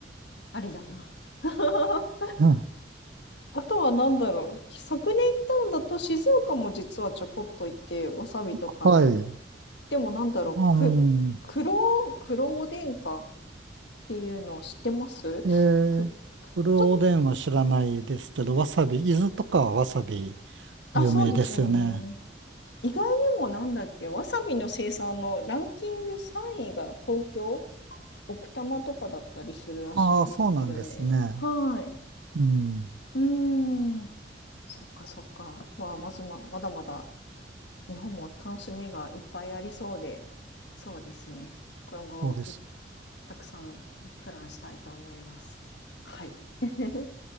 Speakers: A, on the left; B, on the right.
A: ありだな。<laughs>
B: うん
A: あとは何だろう。昨年行ったんだと静岡も実はちょこっと行って、わさびとかな。
B: はい。
A: でも何だろう。
B: う
A: く、
B: ん。
A: 黒、黒おでんかっていうのを知ってますく、
B: えー、ブルーおでんは知らないですけど、
A: ちょっと、
B: わさび、伊豆とかはわさび
A: あ、
B: 有名ですよね。
A: そうですよね。意外にもなんだっけ、わさびの生産のランキング3位が東京、奥多摩とかだったりするらしいですけどね。
B: ああ、そうなんですね。
A: はい。
B: うん。
A: うーん。そっかそっか。まあ、まずま、まだまだ日本も楽しみがいっぱいありそうで、そうですね。今後い、
B: そうです。
A: たくさんプランしたいと思います。はい。<laughs>